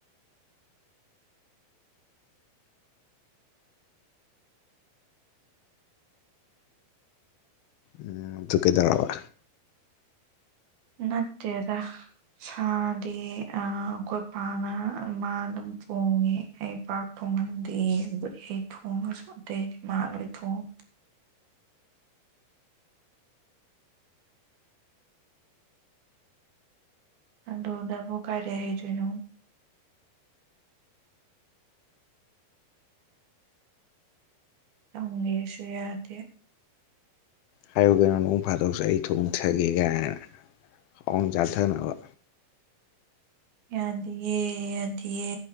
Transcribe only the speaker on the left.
ꯎꯝ ꯑꯗꯨ ꯀꯩꯗꯧꯔꯕ
ꯍꯥꯏꯌꯨꯒꯩꯅꯣ ꯅꯣꯡ ꯐꯥꯗꯣꯛꯁꯨ ꯑꯩ ꯊꯣꯡꯊꯒꯦ ꯀꯥꯏꯅ ꯍꯥꯎꯅ ꯆꯥꯊꯅꯕ